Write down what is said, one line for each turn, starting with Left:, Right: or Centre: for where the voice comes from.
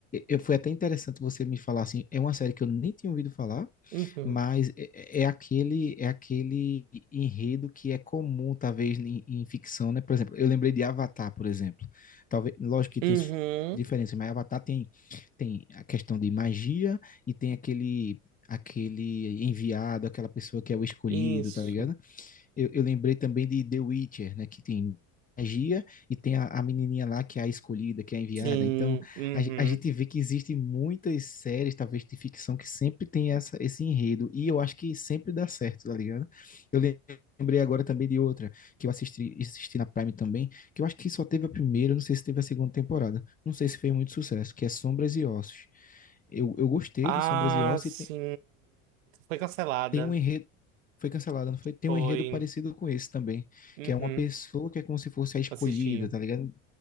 Left: eu, foi até interessante você me falar assim, é uma série que eu nem tinha ouvido falar,
Right: uhum,
Left: mas é, é é aquele é aquele enredo que é comum, talvez, em, em ficção, né? Por exemplo, eu lembrei de Avatar, por exemplo. Talvez, lógico que
Right: uhum,
Left: tem su- diferença, mas Avatar tem, tem a questão de magia e tem aquele aquele enviado, aquela pessoa que é o escolhido,
Right: isso.
Left: tá ligado? Eu, eu lembrei também de The Witcher, né? Que tem magia e tem a, a menininha lá que é a escolhida, que é a enviada.
Right: Sim,
Left: Então,
Right: uhum.
Left: a, ge- a gente vê que existem muitas séries, talvez de ficção, que sempre tem essa, esse enredo. E eu acho que sempre dá certo, tá ligado? Eu lem- lembrei agora também de outra, que eu assisti, assisti na Prime também, que eu acho que só teve a primeira, não sei se teve a segunda temporada. Não sei se fez muito sucesso, que é Sombras e Ossos. Eu, eu gostei
Right: Ah,
Left: de Sombras e Ossos
Right: sim.
Left: e
Right: Foi cancelada.
Left: tem um enredo. Foi cancelada, não foi? Tem
Right: Foi.
Left: um enredo parecido com esse também,
Right: Uhum.
Left: que é uma pessoa que é como se fosse a escolhida,
Right: Assisti.
Left: tá ligado?